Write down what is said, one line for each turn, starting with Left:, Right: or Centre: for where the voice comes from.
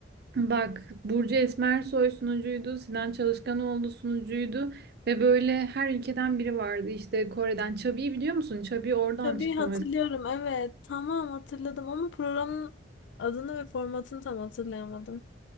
Right: <laughs> Bak Burcu Esmersoy sunucuydu. Sinan Çalışkanoğlu sunucuydu. Ve böyle her ülkeden biri vardı. İşte Kore'den. Chubby'yi biliyor musun? Chubby oradan
Left: Tabii
Right: çıkma
Left: hatırlıyorum evet. Tamam hatırladım ama programın adını ve formatını tam hatırlayamadım.